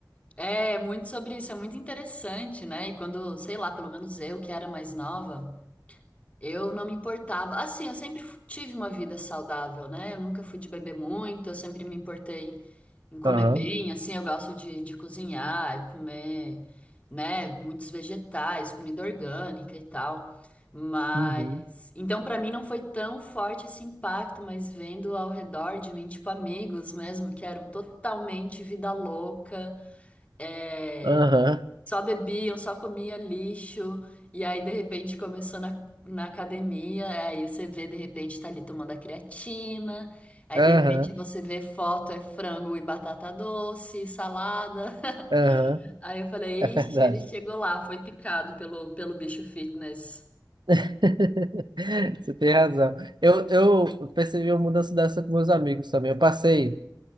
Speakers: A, on the left; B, on the right.
A: É, muito sobre isso, é muito interessante, né? E quando, sei lá, pelo menos eu, que era mais nova, eu não me importava. Assim, eu sempre fu- tive uma vida saudável, né? Eu nunca fui de beber muito, eu sempre me importei em comer
B: Aham.
A: bem, assim, eu gosto de, de cozinhar, e comer, né, muitos vegetais, comida orgânica e tal. Mas,
B: Uhum.
A: então, pra mim não foi tão forte esse impacto, mas vendo ao redor de mim, tipo, amigos mesmo, que eram totalmente vida louca é,
B: Aham.
A: só bebiam, só comia lixo, e aí de repente começou na, na academia, aí você vê de repente tá ali tomando a creatina, aí
B: Aham.
A: de repente você vê foto, é frango e batata doce, salada. <laughs>
B: Aham.
A: Aí eu falei,
B: É verdade.
A: ixi, ele chegou lá, foi picado pelo, pelo bicho fitness.
B: <laughs> Você tem razão. Eu, eu percebi uma mudança dessa com meus amigos também. Eu passei,